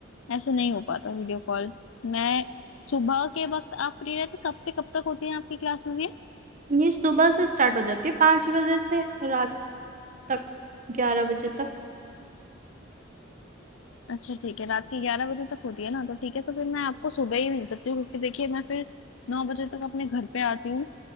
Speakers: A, on the left (about 75°); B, on the right (about 40°).
A: ऐसे नहीं हो पाता वीडियो कॉल मैं सुबह के वक्त आप फ्री रहते कब से कब तक होती है आपकी क्लासेस ये
B: ये सुबह से स्टार्ट हो जाती है पाँच बजे से रात तक ग्यारह बजे तक
A: अच्छा ठीक है रात के ग्यारह बजे तक होती है ना तो ठीक है तो फिर मैं आपको सुबह ही मिल सकती हूँ क्योंकि देखिए मैं फिर नौ बजे तक अपने घर पे आती हूँ